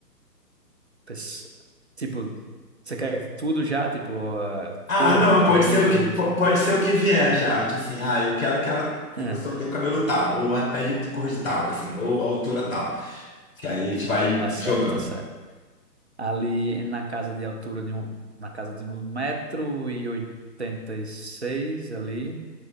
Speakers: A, on the right; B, on the left.
A: pes- tipo, você quer tudo já? Tipo, ah,
B: Ah,
A: corpo,
B: não,
A: cabelo,
B: pode ser o que, po-
A: tudo.
B: pode ser o que vier já. Tipo assim, ah, eu quero que ela, essa
A: É,
B: pessoa tenha o cabelo tal, ou a pele de cor de tal, assim, ou a altura tal. Que aí a gente vai
A: tá certo,
B: jogando.
A: tá certo. Ali na casa de altura de um, na casa de um metro e oitenta e seis ali,